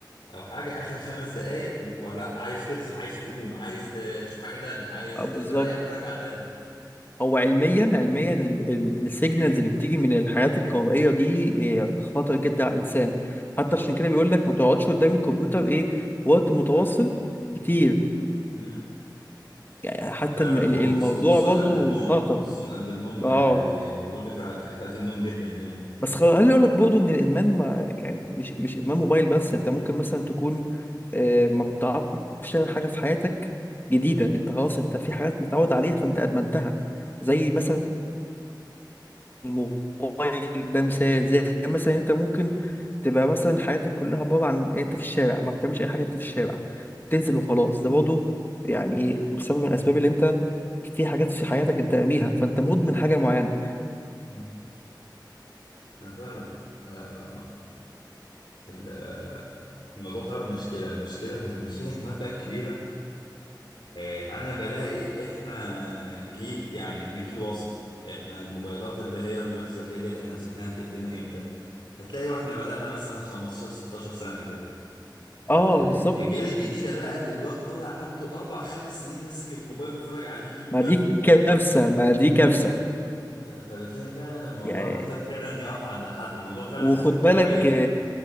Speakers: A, on the left (about 85°); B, on the left (about 25°).
A: او حاجة اخرك خمس دقايق و- ولا عايز تفصل عايز تقوم عايز ت- تشوف حاجة تانية عايز
B: اه بالظبط
A: ت- تريح وترجع تاني
B: هو علميا علميا ال- ال- السيجنالز اللي بتيجي من الحاجات الكهربائيه دي هي خطر جدا على الانسان حتى
A: اه
B: عشان كده بيقول لك ما تقعدش قدام الكمبيوتر ايه وقت متواصل
A: أب-
B: كتير
A: مم.
B: يعني حتى
A: فعلا
B: الم- ال-
A: خو-
B: الموضوع
A: خصو- وخصوصا
B: برضه
A: قبل النوم
B: خطر
A: خصوصا قبل النوم يعني
B: اه
A: بي- الموضوع بيفرق في كفاءة النوم جدا يعني
B: بس خل... خليني اقول لك برضه ان الادمان ما يعني مش مش ادمان موبايل بس انت ممكن مثلا تكون آه، ما بتعرفش تعمل حاجه في حياتك جديده انت خلاص انت في حاجات متعود عليها فانت ادمنتها زي مثلا الموبايل ده مثال زي مثلا انت ممكن تبقى مثلا حياتك كلها عباره عن إن انت في الشارع ما بتعملش اي حاجه انت في الشارع تنزل وخلاص ده برضه يعني سبب من الاسباب اللي انت في حاجات في حياتك انت راميها فانت مدمن حاجه معينه
A: مم. أنا فعلا آه آه، ال- آه، الموضوع فعلا مشكلة مشكلة والمشكلة كمان بقى الكبيرة آه أنا بلاقي إحنا جيل يعني إحنا جيل وسط إحنا الموبايلات اللي هي الموبايلات الذكية ديت إحنا مسكناها في إيدينا إمتى هتلاقي واحنا بدأنا مثلا 15 16 سنة كده طب
B: اه
A: ال-
B: بالظبط
A: الأجيال الجديدة بقى اللي الواد طالع عنده أربع خمس سنين ماسك الموبايل بيتفرج على اليوتيوب
B: ما دي كارثة ما دي كارثة
A: فبتلاقي فعلا الموضوع
B: يعني
A: محتاج فعلا يقف عند حد الموضوع فعلا
B: وخد
A: محتاج توعية
B: بالك